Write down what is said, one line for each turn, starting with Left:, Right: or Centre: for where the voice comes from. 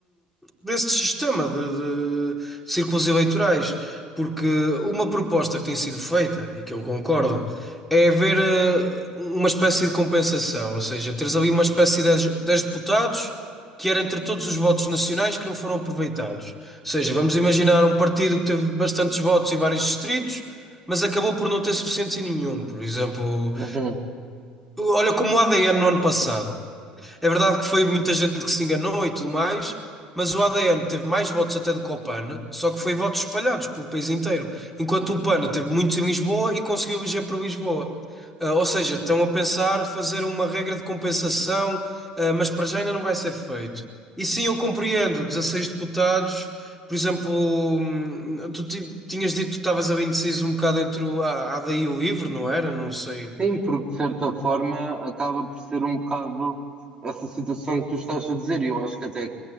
Centre: deste sistema de, de círculos eleitorais. Porque uma proposta que tem sido feita, e que eu concordo. É haver eh, uma espécie de compensação, ou seja, teres ali uma espécie de 10 10 deputados que era entre todos os votos nacionais que não foram aproveitados. Ou seja, vamos imaginar um partido que teve bastantes votos em vários distritos, mas acabou por não ter suficientes em nenhum. Por exemplo,
Right: Uhum.
Centre: olha como o ADN no ano passado. É verdade que foi muita gente que se enganou e tudo mais, mas o ADN teve mais votos até do que o PAN, só que foi votos espalhados pelo país inteiro, enquanto o PAN teve muitos em Lisboa e conseguiu eleger para Lisboa. Ah, ou seja, estão a pensar fazer uma regra de compensação, ah, mas para já ainda não vai ser feito. E sim, eu compreendo, 16 deputados, por exemplo, hum, tu ti- tinhas dito que estavas ali indeciso um bocado entre o a- a AD e o LIVRE, não era? Não sei.
Right: Sim, porque de certa forma acaba por ser um bocado essa situação que tu estás a dizer, e eu acho que até